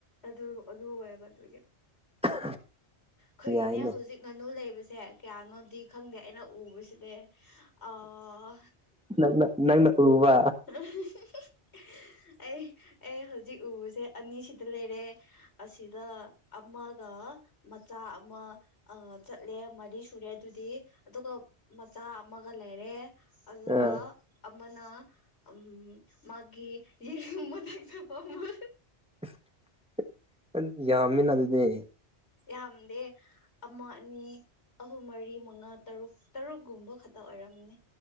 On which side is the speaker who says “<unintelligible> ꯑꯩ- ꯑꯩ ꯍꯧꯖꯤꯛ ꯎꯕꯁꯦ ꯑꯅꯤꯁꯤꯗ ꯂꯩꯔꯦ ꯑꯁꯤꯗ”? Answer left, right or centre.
Left